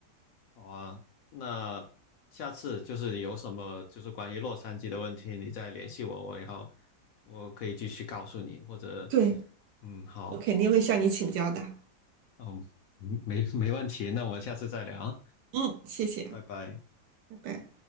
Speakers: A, on the left; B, on the right.
A: 好啊，那下次就是你有什么就是关于洛杉矶的问题，你再联系我，我然后我可以继续告诉你，或者
B: 对，
A: 嗯，好，
B: 我肯定会向你请教的。
A: 嗯，没没问题，那我们下次再聊啊，
B: 嗯，谢谢，
A: 拜拜。
B: 拜拜。